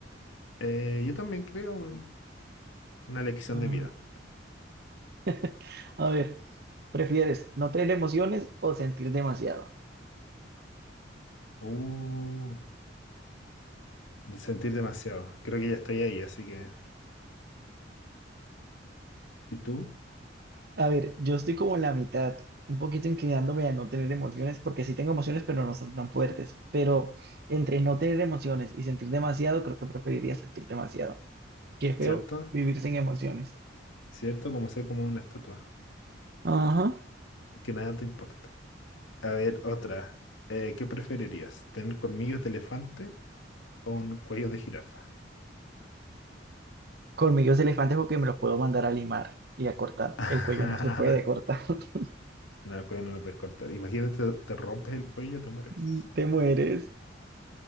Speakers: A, on the left; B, on the right.
A: Eh, yo también creo un- una lección
B: Ah,
A: de vida.
B: <laughs> a ver. ¿Prefieres no tener emociones o sentir demasiado?
A: Uh, de sentir demasiado. Creo que ya estoy ahí, así que... ¿Y tú?
B: A ver, yo estoy como en la mitad, un poquito inclinándome a no tener emociones, porque sí tengo emociones, pero no son tan fuertes. Pero entre no tener emociones y sentir demasiado, creo que preferiría sentir demasiado. Qué feo
A: ¿Cierto?
B: vivir sin emociones.
A: ¿Cierto? Como ser como una estatua.
B: Ajá.
A: Que nada te importa. A ver, otra. Eh, ¿qué preferirías? ¿Tener colmillos de elefante o un cuello de jirafa?
B: Colmillos de elefante porque me los puedo mandar a limar y a cortar.
A: <laughs>
B: El cuello no se puede cortar. <laughs>
A: No, el cuello no lo puedes cortar. Imagínate, te rompes el cuello, te mueres.
B: Mm, Te mueres.